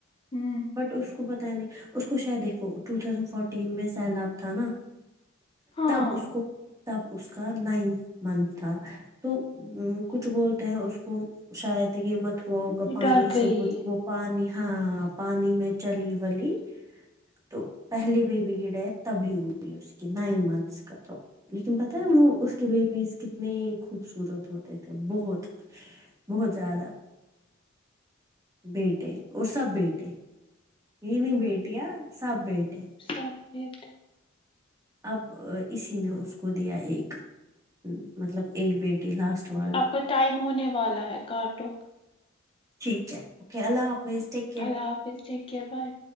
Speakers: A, on the left (about 25°); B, on the right (about 15°).
A: ہوں
B: بٹ اس کو پتا نہیں اس کو شاید دیکھو ٹو تھوسنڈ فورٹین میں سیلاب تھا نا
A: ہاں
B: تب اس کو تب اس کا نائنتھ منتھ تھا تو کچھ وہ ہیں اس کو شاید ہی یہ مت ہوا ہوگا
A: ڈر
B: پانی
A: گئی
B: سے کچھ وہ پانی ہاں پانی میں چلی ولی تو پہلی بیبی کی ڈیتھ تبھی ہوئی اس کی نائن منتھس کا تو لیکن پتہ ہے وہ اس کے بیبیز کتنے خوبصورت ہوتے تھے بہت بہت زیادہ بیٹے اور سب بیٹے انی بیٹیاں ساب بیٹے
A: سب بیٹے
B: اب اسی نے اس کو دیا ایک مطلب ایک بیٹی لاسٹ والی
A: آپ کا ٹائم ہونے والا ہے کاٹو
B: ٹھیک ہے اوکے اللہ حافظ ٹک
A: اللہ حافظ ٹھیک ہے بیے